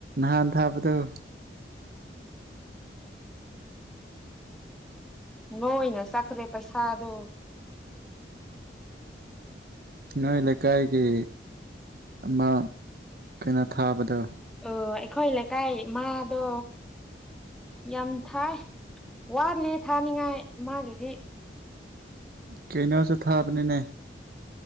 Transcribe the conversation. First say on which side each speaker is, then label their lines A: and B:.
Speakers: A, on the right; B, in the centre.
A: ꯍꯥꯟ ꯊꯥꯕꯗꯧ
B: ꯅꯣꯏꯅ ꯆꯠꯈ꯭ꯔꯦ ꯄꯩꯁꯥꯗꯣ
A: ꯅꯣꯏ ꯂꯩꯀꯥꯏꯒꯤ ꯑꯃ ꯀꯩꯅꯣ ꯊꯥꯕꯗꯣ
B: ꯑꯣ ꯑꯩꯈꯣꯏ ꯂꯩꯀꯥꯏ ꯃꯥꯥꯗꯣ ꯌꯥꯝ ꯊꯥꯏ ꯋꯥꯠꯂꯤ ꯊꯥꯅꯤꯡꯉꯥꯏ ꯃꯥꯒꯤꯗꯤ
A: ꯀꯩꯅꯣꯁꯦ ꯊꯥꯕꯅꯤꯅꯦ